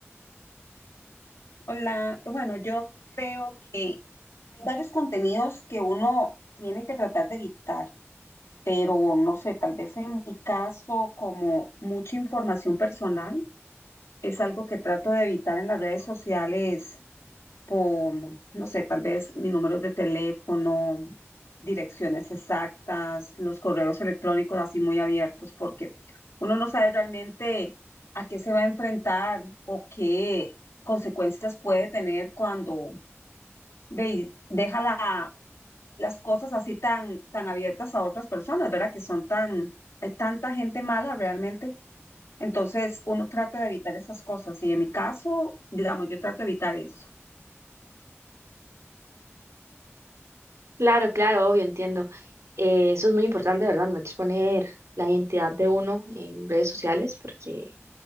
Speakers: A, on the left; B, on the right.
A: Hola, bueno, yo creo que hay varios contenidos que uno tiene que tratar de evitar, pero no sé, tal vez en mi caso, como mucha información personal, es algo que trato de evitar en las redes sociales como, no sé, tal vez mi número de teléfono, direcciones exactas, los correos electrónicos así muy abiertos, porque uno no sabe realmente a qué se va a enfrentar o qué consecuencias puede tener cuando ve, deja la- las cosas así tan, tan abiertas a otras personas, ¿verdad? Que son tan, hay tanta gente mala realmente entonces, uno trata de evitar esas cosas y en mi caso, digamos, yo trato de evitar eso.
B: Claro, claro, obvio, entiendo. Eh, eso es muy importante, ¿verdad? No exponer la identidad de uno en redes sociales porque